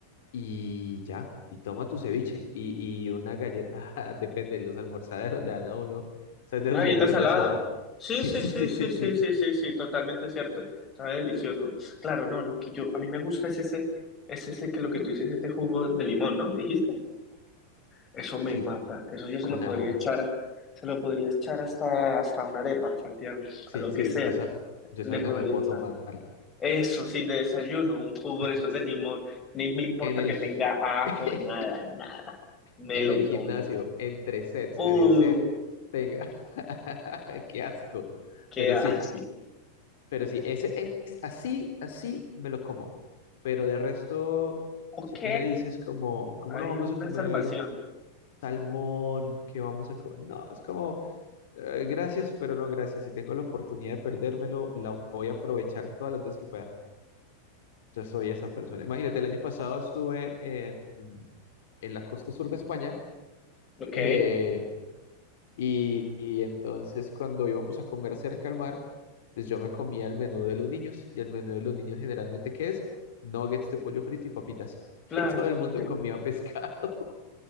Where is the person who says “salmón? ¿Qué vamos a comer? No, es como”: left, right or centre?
Left